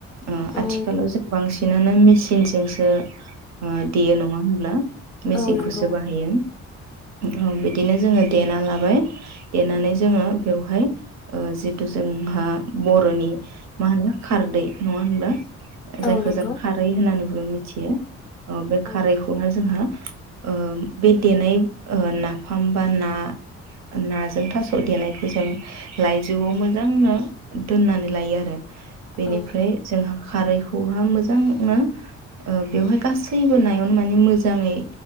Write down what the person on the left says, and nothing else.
औ
औ नंगौ
औ नंगौ
औ
औ